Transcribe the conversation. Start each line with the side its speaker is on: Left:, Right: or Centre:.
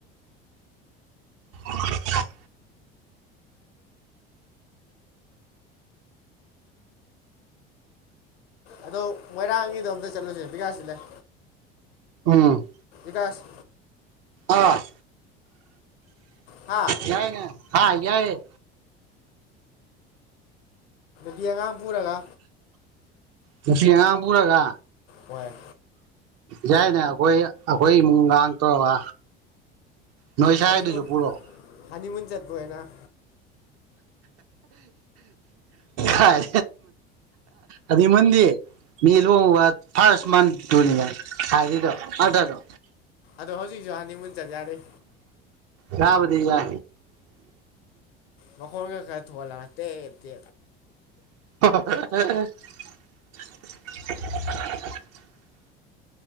Right: ꯃꯔ
Left: ꯑꯗꯣ ꯃꯣꯏꯔꯥꯡꯒꯤꯗꯣ ꯑꯝꯇ ꯆꯠꯂꯨꯁꯦ ꯕꯤꯀꯁꯤ ꯂꯩ
Right: ꯎꯝ
Left: ꯀꯥꯂꯁ
Right: ꯑ
Left: ꯍꯥ
Right: ꯌꯥꯏꯅꯦ ꯍꯥꯏ ꯌꯥꯏ
Left: ꯗꯤꯌꯥꯒ ꯄꯔꯒ
Right: ꯉꯁꯤ ꯑꯉꯥꯡ ꯄꯨꯔꯒ
Left: ꯋꯥꯏꯟ
Right: ꯌꯥꯏꯅꯦ ꯑꯩꯈꯣꯏ ꯑꯩꯈꯣꯏ ꯏꯃꯨꯡ ꯉꯥꯡ ꯇꯧꯒ ꯅꯣꯏ ꯁ꯭ꯋꯥꯏꯗꯨꯁꯨ
Left: ꯍꯅꯤꯃꯨꯟ
Right: ꯄꯨꯔꯛꯑꯣ
Left: ꯍꯅꯤꯃꯨꯟ ꯆꯠꯄꯣꯏꯅ
Right: ꯍꯥꯏ ꯑꯗꯨꯃꯗꯤ ꯃꯤ ꯂꯨꯕ ꯐꯥꯔꯁ ꯃꯟꯅꯤ ꯍꯥꯏꯔꯤꯗꯣ ꯑꯗꯗꯣ
Left: ꯑꯗ ꯍꯧꯖꯤꯛꯁꯨ ꯍꯥꯟꯅ ꯃꯨꯟ ꯆꯠ ꯌꯥꯔꯦ
Right: ꯌꯕꯗꯤ ꯌꯥ
Left: ꯃꯈꯣꯟꯒ ꯈꯔ ꯊꯣꯛꯍꯜꯂ ꯇꯦ ꯇꯦ
Right: <unintelligible>